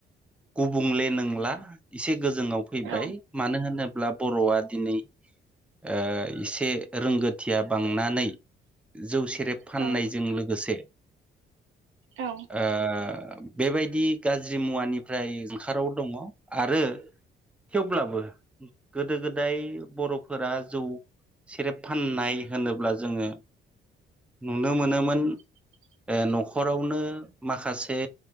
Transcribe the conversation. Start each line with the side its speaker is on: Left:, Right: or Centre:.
Centre: गुबुंले नोंला एसे गोजोंआव फैबाय
Right: औ
Centre: मानो होनो ब्ला बर'आ दिनै ओ इसे रोंगोथिया बांनानै जौ से रेब फाननायजों
Right: औ
Centre: लोगोसे
Right: औ
Centre: ओ बेबायदि गाज्रि मुवानिफ्राय जानखाराव दङ आरो थेवब्लाबो गोदो गोदाय बर'फोरा जौ सेरेब फाननाय होनोब्ला जोङो नुनो मोनोमोन
Right: <inaudible>
Centre: ओ न'खरावनो माखासे